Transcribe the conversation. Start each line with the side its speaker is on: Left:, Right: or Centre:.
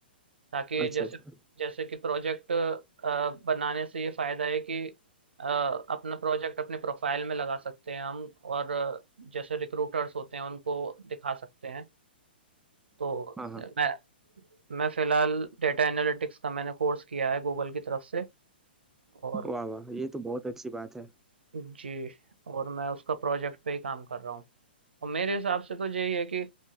Right: ताकि
Centre: अच्छा
Right: जैसे
Centre: अच्छा
Right: जैसे कि प्रोजेक्ट बनाने से ये फायदा है कि अ, अपना प्रोजेक्ट अपने प्रोफाइल में लगा सकते हैं हम और जैसे रिक्रूटर्स होते हैं उनको दिखा सकते हैं तो
Centre: हाँ हाँ
Right: मैं मैं फिलहाल डेटा एनालिटिक्स का मैंने कोर्स किया है गूगल की तरफ से और
Centre: वाह वाह ये तो बहुत अच्छी बात है
Right: जी और मैं उसका प्रोजेक्ट पे ही काम कर रहा हूँ और मेरे हिसाब से तो यही है कि